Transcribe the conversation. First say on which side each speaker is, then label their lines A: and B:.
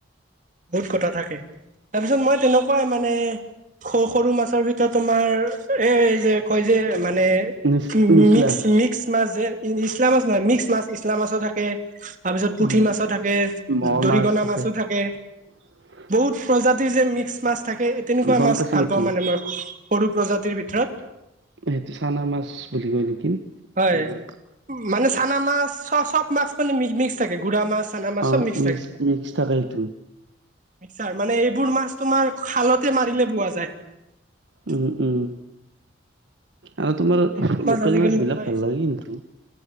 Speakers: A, on the right; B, on the right.
A: বহুত কথা থাকে, তাৰপিছত মই তেনেকুৱাই মানে সুখ সৰু মাছৰ ভিতৰত তোমাৰ এই যে কয় যে মানে
B: নিচ নিচলা
A: মিক্স, মিক্স মাছ যে নিচলা মাছ নহয়, মিক্স মাছ, নিচলা মাছো থাকে। তাৰপিছত পুঠি
B: উম।
A: মাছো থাকে,
B: মোৱা
A: দৰিকণা
B: মাছ
A: মাছো থাকে।
B: <unintelligible>
A: বহুত প্ৰজাতিৰ যে মিক্স মাছ থাকে, তেনেকুৱা
B: গম
A: মাছ
B: পাইছো
A: ভাল
B: এইটো
A: পাওঁ মানে মই সৰু প্ৰজাতিৰ ভিতৰত।
B: সেইটো চানা মাছ বুলি কয়। নেকি?
A: হয়,
B: তোমাৰ
A: মানে চানা মাছ চ-চব মাছ মানে মি-মিক্স থাকে গুৰা মাছ। চানা মাছ
B: অহ,
A: চব মিক্স
B: মিক্স-মিক্স
A: থাকে
B: থাকে সেইটোই।
A: মিক্সাৰ মানে এইবোৰ মাছ তোমাৰ খালতে মাৰিলে পোৱা যায়।
B: উম উম। আৰু তোমাৰ
A: এইবোৰ মাছ
B: লোকেল
A: আজিকালি
B: মাছবিলাক
A: নোপোৱাই
B: ভাল
A: হৈছে
B: লাগে কিন্তু।